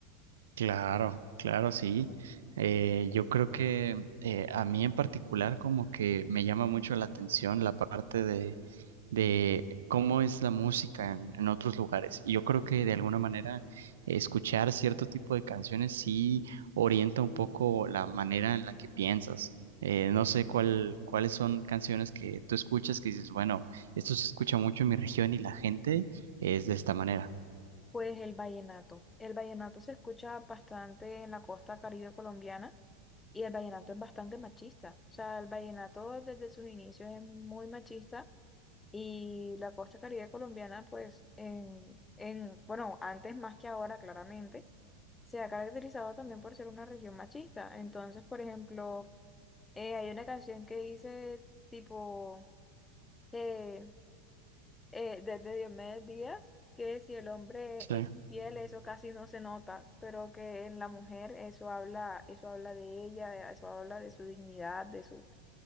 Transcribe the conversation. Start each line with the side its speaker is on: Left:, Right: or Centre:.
Right: Claro, claro, sí. Eh, yo creo que eh, a mí en particular como que me llama mucho la atención la parte de, de cómo es la música en, en otros lugares. Y yo creo que de alguna manera escuchar cierto tipo de canciones sí orienta un poco la manera en la que piensas. Eh, no sé cuál, cuáles son canciones que tú escuchas que dices, bueno, esto se escucha mucho en mi región y la gente es de esta manera.
Left: Pues el vallenato. El vallenato se escucha bastante en la costa caribe colombiana. Y el vallenato es bastante machista. O sea, el vallenato desde sus inicios es muy machista. Y la costa caribe colombiana, pues, en, en, bueno, antes más que ahora, claramente, se ha caracterizado también por ser una región machista. Entonces, por ejemplo, eh, hay una canción que dice tipo que eh, desde Diomedes Díaz, que si el hombre
Right: Sí.
Left: es infiel, eso casi no se nota, pero que en la mujer eso habla, eso habla de ella, eso habla de su dignidad, de su...